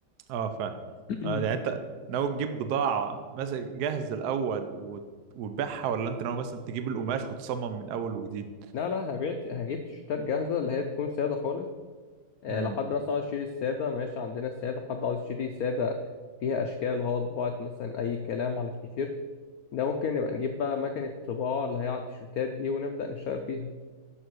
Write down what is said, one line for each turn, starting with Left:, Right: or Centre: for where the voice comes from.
Right: اه فعلا
Left: <clears throat>
Right: آه، يعني انت ناوي تجيب بضاعة مثلا جاهز الأول وت- وتبيعها ولا انت ناوي مثلا تجيب القماش وتصمم من أول وجديد؟
Left: لا لا هبيع هجيب تيشيرتات جاهزه اللي هي تكون ساده خالص آه،
Right: امم
Left: لو حد مثلا عاوز يشتري الساده ماشي عندنا الساده حد عاوز يشتري ساده فيها اشكال اللي هو طباعه مثلا اي كلام على التيشيرت ده ممكن نبقى نجيب بقى مكنه الطباعه اللي هي على التيشيرتات دي ونبدا نشتغل فيها